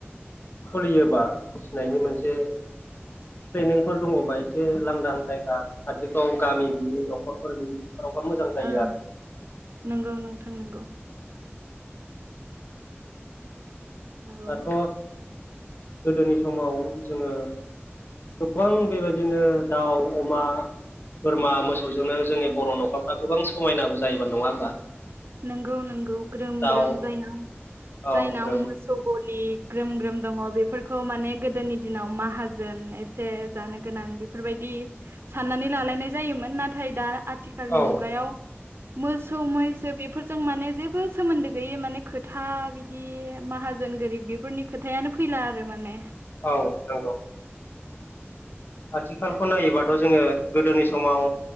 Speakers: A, on the left; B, on the right.
A: खुलियोबा फिसिनायनि मोनसे ट्रेनिंफोर दङ'बा एसे लांदां जायगा खाथिफ्राव गामि गैयि न'खरफोर गैयि फोरावबा मोजां जायो
B: ओं
A: आरो
B: नोंगौ नोंथां नोंगौ । औ
A: दाथ' गोदोनि समाव जोङो गोबां बेबायदिनो दाउ अमा बोरमा मोसौजोंनो जोंनि बर' न'खरफ्रा गोबां समायनाबो जायोबा नङा होमबा?
B: नोंगौ नोंगौ ग्रोम
A: दाउ
B: ग्रोम जायना
A: औ
B: जायनाव
A: ग्रोम
B: मोसौ गलि ग्रोम ग्रोम दङ' बे फोरखो माने गोदोनि दिनाव माहाजोन एसे जानो गोनां बेफोरबायदि साननानै लालायनाय जायोन नाथाय दा आथिखालनि
A: औ
B: मुगायाव मोसौ मैसो बेफोरजों माने जेबो सोमोन्दो गैयै माने खोथा बिदि माहाजोन गोरिब बेफोरनि खोथाया फैला आरो माने
A: औ नोंगौ आथिखालखौ नायोबाथ' जोङो गोदोनि समाव